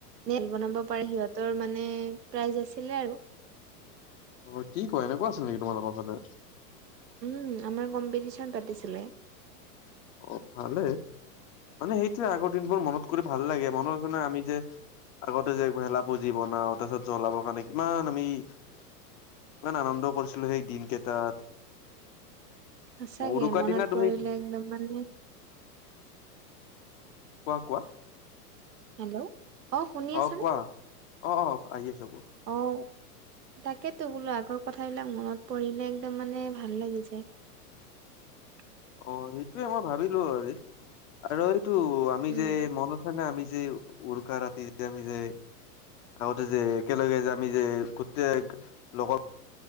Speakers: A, on the right (about 85°); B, on the left (about 55°).
A: নেট বনাব পাৰে সিহঁতৰ মানে প্ৰাইজ আছিলে আৰু
B: অঁ কি কোৱা এনেকুৱা আছিল নেকি তোমালোকৰ ফালে।
A: উম আমাৰ কম্পিটিশন পাতিছিলে।
B: অঁ ভালেই। মানে সেইটোোৱে আগৰ দিনবোৰ মনত কৰি ভাল লাগে মনতছেনে আমি যে। আগতে যে ভেলা ভুজি বনাও তাৰ পিছত জ্বলাবৰ কাৰণে কিমান আমি। ইমান আনন্দ কৰিছিলো সেই দিন কেইটাত।
A: সঁচাকে
B: উৰুকা
A: মনত
B: দিনা
A: পৰিলে
B: তুমি
A: একদম মানে।
B: কোৱা কোৱা।
A: হেল্ল' অঁহ শুনি আছানে
B: অ কোৱা অ অ আহি আছে কোৱা
A: অহ। তাকেইতো বোলো আগৰ কথাবিলাক মনত পৰিলে একদম মানে ভাল লাগি যায়। <unintelligible>
B: অঁ সেইটোৰ মই ভাবিলোঁ আজি। আৰু এইটো আমি
A: উম।
B: যে মনত আছে নাই আমি যে। যে উৰোকা ৰাতি যে আমি যে। আগতে যে একেলগে যে আমি যে গোটেই লগৰ।